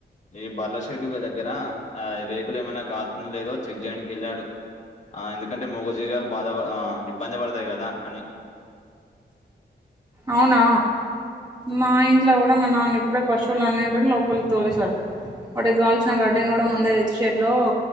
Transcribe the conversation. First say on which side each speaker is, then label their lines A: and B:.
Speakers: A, on the left; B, on the right.
A: ఈ బర్లా షెడ్డు గా దగ్గర ఆ రేకులు ఏమైనా కారుతుంద లేదో చెక్ చేయడానికేళ్ళాడు అ ఎందుకంటే మూగ జివాలు బాధ అ ఇబ్బంది పడుతాయి కదా అని
B: అవునా మా ఇంట్లో కూడా మా నాన్న ఇప్పుడే పశువులన్నింటిని లోపలికి తోలేశారు వాటికి కావాల్సిన గాడ్ని కూడా ముందే తెచ్చి షెడ్ లో